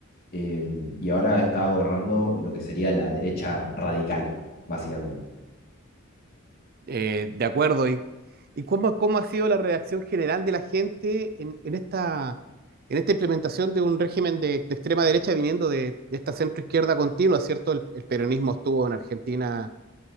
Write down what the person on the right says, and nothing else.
Eh, de acuerdo. ¿Y, y cómo, cómo ha sido la reacción general de la gente en, en esta, en esta implementación de un régimen de, de extrema derecha viniendo de, de esta centro izquierda continua, ¿cierto? El, el peronismo estuvo en Argentina